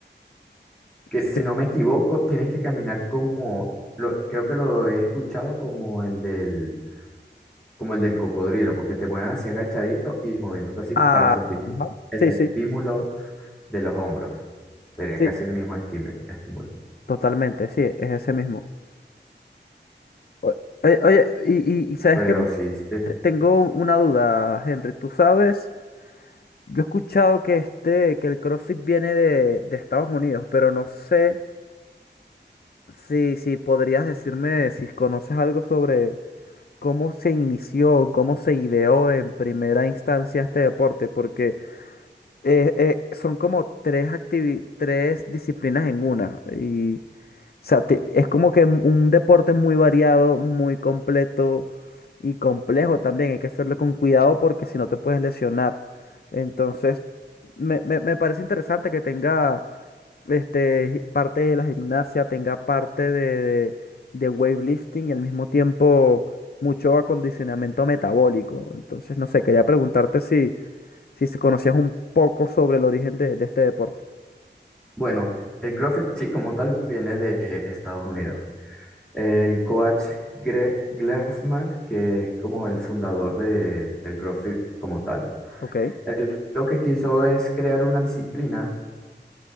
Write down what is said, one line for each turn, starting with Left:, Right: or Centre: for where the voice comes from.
Centre: Que
Left: sí.
Centre: si no me equivoco, tienes que caminar como lo, creo que lo he escuchado como el del como el del cocodrilo, porque te mueves así agachadito y moviéndote así
Left: Ah,
Centre: para sentir
Left: ajá,
Centre: el
Left: sí,
Centre: estímulo
Left: sí,
Centre: de los hombros. Sería
Left: sí,
Centre: casi el mismo estímu- estímulo.
Left: totalmente, sí, es ese mismo. O- Oye, oye, y, y- y sabes
Centre: Pero
Left: que
Centre: sí, sí, es,
Left: tengo una duda, Henry, tú sabes, yo he escuchado que este, que el CrossFit viene de, de Estados Unidos, pero no sé si, si podrías decirme si conoces algo sobre cómo se inició, cómo se ideó en primera instancia este deporte, porque eh, eh, son como tres activi- tres disciplinas en una. Y, o sea, te- es como que m- un deporte muy variado, muy completo y complejo también. Hay que hacerlo con cuidado porque si no te puedes lesionar. Entonces, me, me, me parece interesante que tenga este, gi- parte de la gimnasia, tenga parte de, de, de weightlifting y al mismo tiempo mucho acondicionamiento metabólico. Entonces, no sé, quería preguntarte si si se conocías un poco sobre el origen de, de este deporte.
Centre: bueno, el CrossFit sí como tal viene de Estados Unidos. El coach Greg Glassman, que es como el fundador de, del CrossFit como tal,
Left: Ok.
Centre: él lo que quiso es crear una disciplina